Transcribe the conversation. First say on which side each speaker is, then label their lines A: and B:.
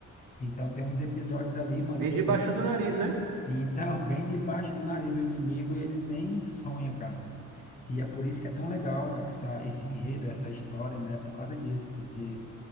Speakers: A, on the left (about 25°); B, on the right (about 85°).
A: Então tem uns episódios ali, mano,
B: Veio
A: que
B: debaixo
A: ele-
B: do nariz, né?
A: então, bem debaixo do nariz do inimigo, ele nem sonha, cara. E é por isso que é tão legal essa, esse enredo, essa história, né? Por causa disso, porque